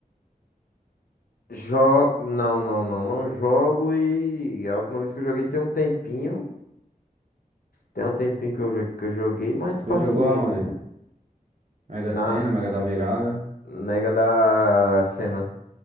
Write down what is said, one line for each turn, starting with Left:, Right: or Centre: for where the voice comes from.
Left: Jo... Não, não, não, não jogo e a última vez que eu joguei tem um tempinho. Tem um tempinho que eu, jo- que eu joguei, mas tipo
Right: Tu
Left: assim,
Right: jogou aonde? Mega
Left: na
Right: Sena, Mega da Virada,
Left: nega da cena.